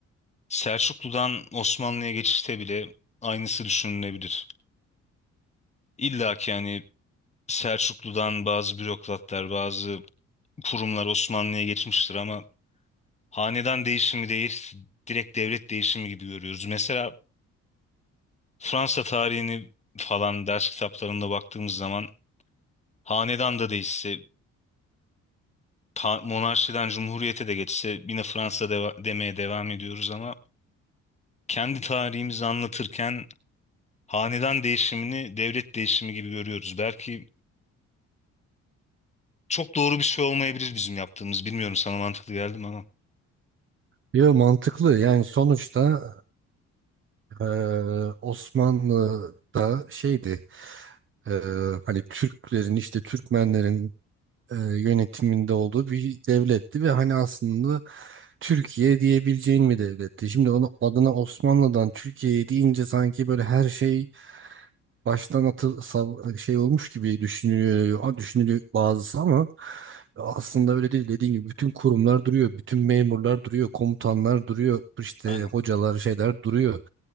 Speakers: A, on the left; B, on the right.
A: Selçuklu'dan Osmanlı'ya geçişte bile aynısı düşünülebilir. İlla ki yani Selçuklu'dan bazı bürokratlar, bazı kurumlar Osmanlı'ya geçmiştir ama hanedan değişimi değil, direkt devlet değişimi gibi görüyoruz. Mesela Fransa tarihini falan ders kitaplarında baktığımız zaman hanedan da değişse, ta- monarşiden cumhuriyete de geçse yine Fransa deva- demeye devam ediyoruz ama kendi tarihimizi anlatırken hanedan değişimini devlet değişimi gibi görüyoruz. Belki çok doğru bir şey olmayabilir bizim yaptığımız. Bilmiyorum sana mantıklı geldi mi ama.
B: Yo mantıklı. Yani sonuçta e, Osmanlı'da şeydi e, hani Türklerin işte Türkmenlerin e, yönetiminde olduğu bir devletti ve hani aslında Türkiye diyebileceğin bir devletti. Şimdi onu adına Osmanlı'dan Türkiye'ye deyince sanki böyle her şey baştan atı sav- şey olmuş gibi düşünülüyor, düşünülüyor bazısı ama aslında öyle değil. Dediğim gibi bütün kurumlar duruyor, bütün memurlar duruyor, komutanlar duruyor, işte
A: Aynen.
B: hocalar şeyler duruyor.